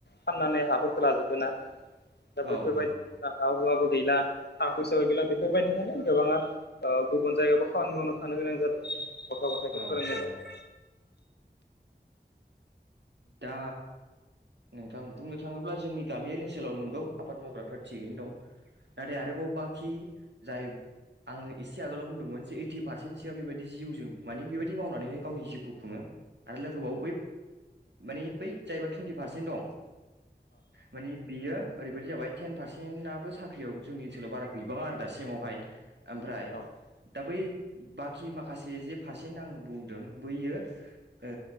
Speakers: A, on the left; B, on the right.
A: फाननानै हाफोरखौ लाजोबदों ना दा
B: औ
A: बेफोरबायदि
B: नंगौ
A: हा हुवाबो गैला थाखा फैसा गैला बेफोरबायदिखायनो गोबाङा गुबुन जायगायावबो खामानि मावनो थानो गोनां जादों। गथ' गथायखौ
B: औ
A: फोरोंनायखौ
B: नंगौ दा। नोंथां बुंनो थाङोब्ला जोंनि। बे गामियारि ओनसोलाव नंगौ आबाद मावग्राफ्रा थिगैनो दं।
A: औ
B: नाथाय आरोबाव
A: औ
B: बाखि जाय आं एसे आगोलाव बुंदोंमोन जे ओइटि पारसेन्टसोआ बेबायदि जिउजों मानिे बेबायदि मावनानैनो गावनि जिउखौ खुङो। आरोलाय गोबाव मानि बै जाहबा टुइन्टि पारसेन्ट दं माने बिय ओरैबायदि जाबाय टेन पारसेन्टाबो साख्रियाव जोंनि ओनसोलाव बारा बिबाङा आरो दासिमावहाय। ओमफ्राय
A: औ
B: दा बै बाखि माखासे जे पारसेन्ट आं बुंदों बैयो ओ